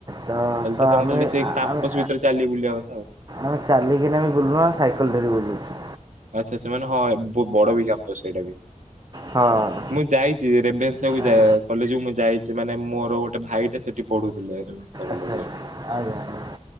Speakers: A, on the right; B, on the right.
A: ତ
B: ଖାଲି ତ ତମେ
A: ଆମେ
B: ଖାଲି ସେଇ
A: ଆମେ
B: କାମ୍ପସ ଭିତରେ ଚାଲି ବୁଲିବା କଥା ଆଉ।
A: ଆମେ ଚାଲିକିନାମେ ବୁଲୁ ସାଇକଲ ଧରି ବୁଲୁଛୁ।
B: ଆଚ୍ଛା ସେମାନେ ହଁ ବଡ ବି କ୍ୟାମ୍ପସ ସେଇଟା ବି
A: ହଁ
B: ମୁଁ ଯାଇ ଚି ରେଭେନ୍ସା କୁ
A: ଆଜ୍ଞା
B: ଯା କଲେଜକୁ ମୁଁ ଯାଇଛି ମାନେ ମୋର ଗୋଟେ ଭାଇଟେ ସେଠି ପଢୁଥିଲେ। ସକାଳେ
A: ଆଚ୍ଛା
B: ଯେ
A: ଆଜ୍ଞା।